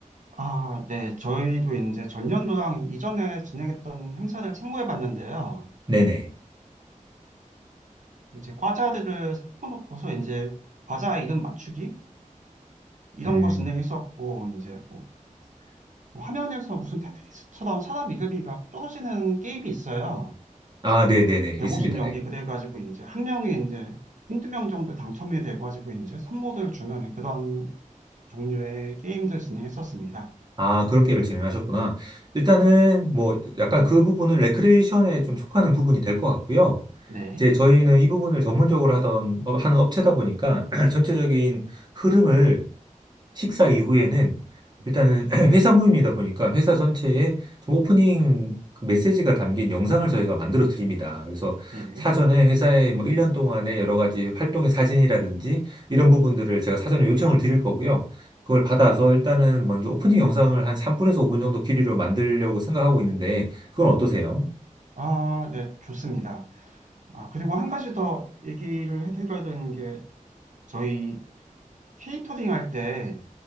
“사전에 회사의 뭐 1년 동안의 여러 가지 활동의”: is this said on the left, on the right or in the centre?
Right